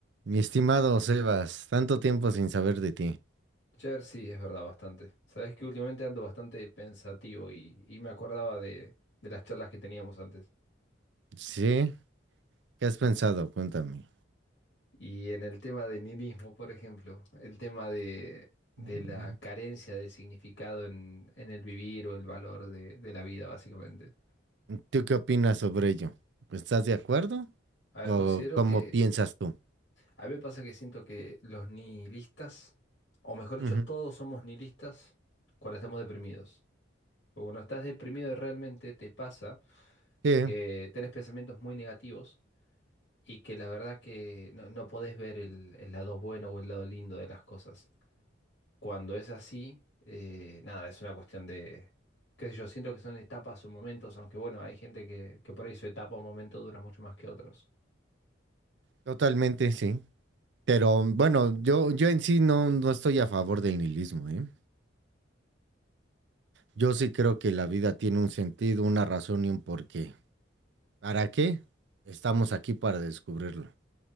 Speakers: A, on the right (about 65°); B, on the left (about 75°).
A: Mi estimado Sebas, tanto tiempo sin saber de ti.
B: Cher, sí, es verdad, bastante. Sabes que últimamente ando bastante pensativo y, y me acordaba de, de las charlas que teníamos antes.
A: ¿Sí? ¿Qué has pensado? Cuéntame.
B: Y en el tema de nihilismo, por ejemplo, el tema de, de
A: Mm,
B: la carencia de significado en, en el vivir o el valor de, de la vida, básicamente.
A: ¿Tú qué opinas sobre ello? ¿Estás de acuerdo?
B: A ver,
A: ¿O
B: considero
A: cómo
B: que.
A: piensas tú?
B: A mí me pasa que siento que los nihilistas, o mejor dicho,
A: Ujú.
B: todos somos nihilistas cuando estamos deprimidos. O cuando estás deprimido realmente te pasa
A: Sí,
B: que tenés pensamientos muy negativos y que la verdad que no, no podés ver el, el lado bueno o el lado lindo de las cosas. Cuando es así, eh, nada, es una cuestión de, qué sé yo, siento que son etapas o momentos, aunque bueno, hay gente que, que por ahí su etapa o momento dura mucho más que otros.
A: totalmente, sí. Pero bueno, yo, yo en sí no, no estoy a favor del nihilismo, ¿eh? Yo sí creo que la vida tiene un sentido, una razón y un porqué. ¿Para qué? Estamos aquí para descubrirlo.